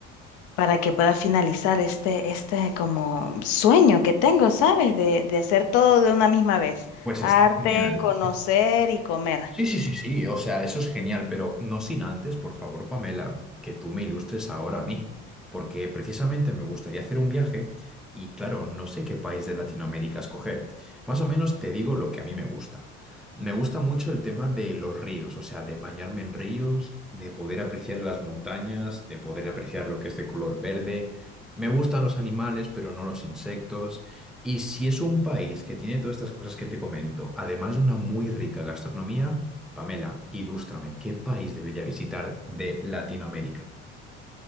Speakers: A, on the left; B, in the centre.
A: para que pueda finalizar este, este como sueño que tengo, ¿sabes? De, de hacer todo de una misma vez,
B: Pues
A: arte,
B: está genial.
A: conocer y comer.
B: Sí, sí, sí, sí, o sea, eso es genial, pero no sin antes, por favor, Pamela, que tú me ilustres ahora a mí, porque precisamente me gustaría hacer un viaje y claro, no sé qué país de Latinoamérica escoger. Más o menos te digo lo que a mí me gusta. Me gusta mucho el tema de los ríos, o sea, de bañarme en ríos, de poder apreciar las montañas, de poder apreciar lo que es de color verde. Me gustan los animales, pero no los insectos. Y si es un país que tiene todas estas cosas que te comento, además de una muy rica gastronomía, Pamela, ilústrame, ¿qué país debería visitar de Latinoamérica?